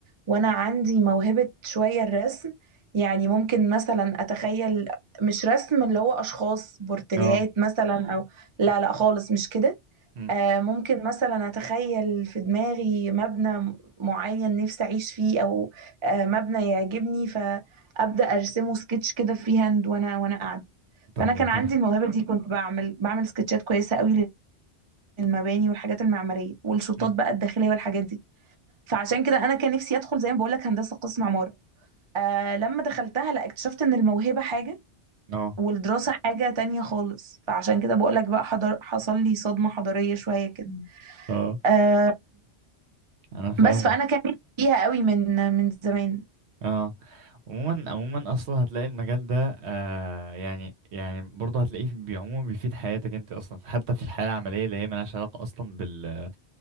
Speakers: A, on the right; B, on the right.
A: وانا عندي موهبة شوية الرسم يعني ممكن مثلا اتخيل مش رسم اللي هو اشخاص بورتريهات
B: اه
A: مثلا او لا لا خالص مش كده
B: امم
A: آه، ممكن مثلا اتخيل في دماغي مبنى معين نفسي اعيش فيه او آه، مبنى يعجبني فابدا ارسمه سكتش كده فري هاند وانا وانا قاعده
B: طب
A: فانا
B: ده
A: كان
B: تحفة
A: عندي الموهبه دي كنت بعمل بعمل سكتشات كويسه قوي للمباني والحاجات المعماريه والشطات
B: امم
A: بقى الداخليه والحاجات دي فعشان كده انا كان نفسي ادخل زي ما بقول لك هندسه قسم عماره آه لما دخلتها لا اكتشفت ان الموهبه حاجه
B: اه
A: والدراسه حاجه تانية خالص فعشان كده بقول لك بقى حضر حصل لي صدمه حضاريه شويه كده
B: مم. اه
A: آه
B: انا فاهمك
A: بس فانا كان نفسي فيها قوي من من زمان
B: اه عموما عموما اصلا هتلاقي المجال ده آه يعني يعني برضه هتلاقيه في- عموما بيفيد حياتك انت اصلا حتى في الحياه العمليه اللي هي ملهاش علاقه اصلا بال